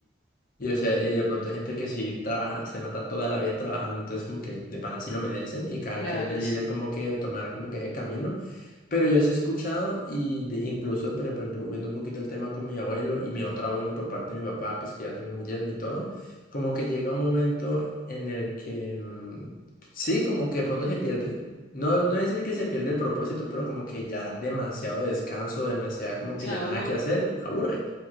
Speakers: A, on the left; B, on the left.
A: y, o sea, y de pronto hay gente que sí trabaja, se mata toda la vida trabajando, entonces como que de pana sí lo merecen y cada
B: Claro,
A: quien es libre
B: sí.
A: como que de tomar como que ese camino. Pero yo sí he escuchado y de- incluso, por ejemplo, viendo un poquito el tema con mi abuelo y mi otro abuelo por parte de mi papá, pues que ya también murieron y todo, como que llega un momento en el que, mm, sí, como que de pronto se pierde, no, no decir que se pierde el propósito, pero como que ya demasiado descanso, demasiado como
B: Se
A: que ya
B: aburre.
A: nada que hacer, aburre